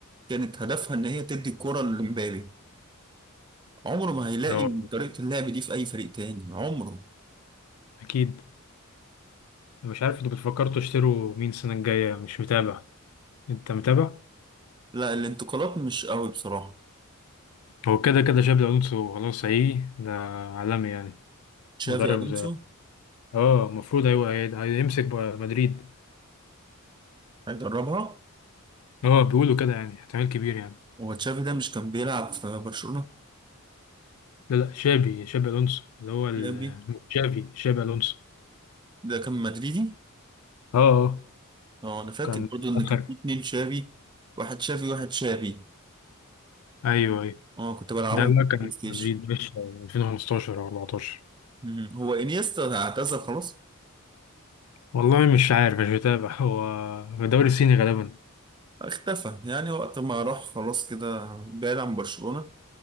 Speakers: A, on the right; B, on the left.
A: كانت هدفها إن هي تدي الكرة لمبابي عمره ما هيلاقي
B: اه
A: طريقة اللعب دي في أي فريق تاني عمره
B: أكيد مش عارف انتوا بتفكروا تشتروا مين السنة الجاية مش متابع انت متابع؟
A: لا الانتقالات مش قوي بصراحة
B: هو كده كده شابي ألونسو خلاص هيجي ده عالمي يعني
A: تشافي
B: مدرب
A: ألونسو
B: زي اه المفروض ايوه هي- هيمسك بقى مدريد
A: هيدربها
B: اه بيقولوا كده يعني احتمال كبير يعني
A: هو تشافي ده مش كان بيلعب في برشلونة
B: لا لا شابي شابي الونسو اللي هو ال-
A: تشافي
B: شافي شابي الونسو
A: ده كان مدريدي
B: اه اه
A: اه انا فاكر
B: كان
A: برضو ان
B: اخر
A: كان في اتنين شافي واحد شافي وواحد شافي
B: ايوه ايوه
A: اه كنت بلعبهم
B: ده بقى
A: في البلاي
B: كان
A: ستيشن
B: مدريد مش 2015 او 14
A: مم. هو انيستا اعتزل خلاص
B: والله مش عارف مش بتابع هو في الدوري الصيني غالبا
A: اختفى يعني وقت ما راح خلاص كده بعيد عن برشلونة